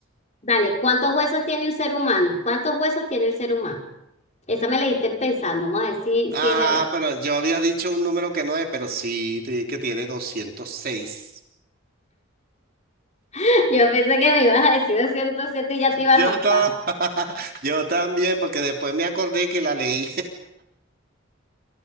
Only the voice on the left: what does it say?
Dale, ¿cuántos huesos tiene un ser humano? ¿Cuántos huesos tiene el ser humano? Esa me la diste pensando, vamos a ver si,
si es verdad.
<laughs> Yo pensé que me ibas a decir 207 y ya te iba
a raspar.